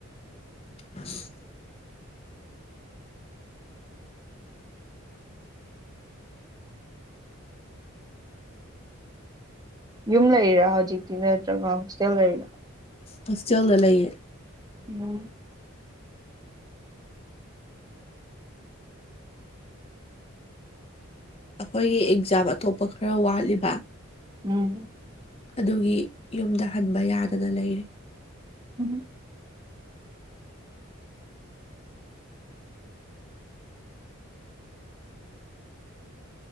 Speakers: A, on the left; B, on the right.
A: <unintelligible>
B: ꯌꯨꯝ ꯂꯩꯔꯤꯔꯣ ꯍꯧꯖꯤꯛꯇꯤ ꯅꯠꯇ꯭ꯔꯒ ꯍꯣꯁꯇꯦꯜ ꯂꯩꯔꯤꯔꯥ
A: ꯍꯣꯁꯇꯦꯜꯗ ꯂꯩꯌꯦ
B: ꯎꯝ
A: ꯑꯈꯣꯏꯒꯤ ꯑꯦꯛꯖꯥꯝ ꯑꯇꯣꯞꯄ ꯈꯔ ꯋꯥꯠꯂꯤꯕ
B: ꯎꯝ
A: ꯑꯗꯨꯒꯤ ꯌꯨꯝꯗ ꯍꯟꯕ ꯌꯥꯗꯅ ꯂꯩꯔꯤ
B: <unintelligible>